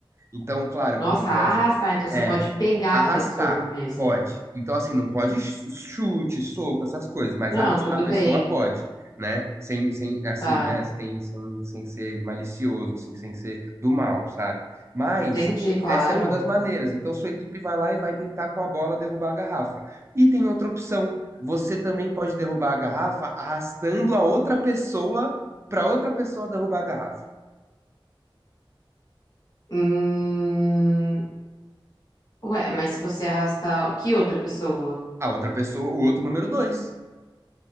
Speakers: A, on the right; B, on the left.
A: Então, claro,
B: Nossa,
A: não pode.
B: arrastar, então você
A: é,
B: pode pegar
A: Arrastar,
B: a pessoa mesmo.
A: pode. Então, assim, não pode ch- chute, soco, essas coisas, mas
B: Não,
A: arrastar
B: tudo
A: a pessoa
B: bem.
A: pode, né? Sem, sem, assim,
B: Tá.
A: né? Sem, sem, sem ser malicioso, assim, sem ser do mal, sabe? Mas
B: Entendi, claro.
A: essa é uma das maneiras. Então, sua equipe vai lá e vai tentar com a bola derrubar a garrafa. E tem outra opção. Você também pode derrubar a garrafa arrastando a outra pessoa para outra pessoa derrubar a garrafa.
B: Hum... Ué, mas se você arrastar. Que outra pessoa?
A: A outra pessoa, o outro número dois.